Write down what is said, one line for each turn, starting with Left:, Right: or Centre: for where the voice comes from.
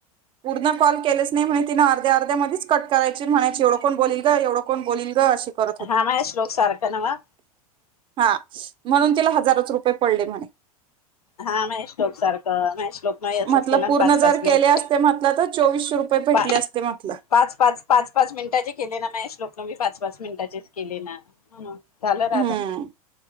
Right: पूर्ण कॉल केलच नाही म्हणे तिनं अर्ध्या अर्ध्या मधीचं कट करायची म्हणायची एवढं कोण बोलील गं एवढं कोण बोलील. अशी करत होती.
Left: हा माझ्या श्लोक सारखं नवं?
Right: हा म्हणून, तिला हजारच रुपये पडले म्हणे.
Left: हा महेश टोक सारखं महेश श्लोकन असंच
Right: म्हटलं
Left: केलं
Right: पूर्ण
Left: ना, पाच पाच
Right: जर
Left: मिनिट
Right: केले असते म्हटलं तर चोवीसशे रुपये भेटले
Left: पा-
Right: असते म्हटलं
Left: पाच पाच पाच पाच मिनिटाचे केले ना, महेश, श्लोकन मी पाच पाच मि मिनटाचेच केले ना. झालं राधा
Right: हम्म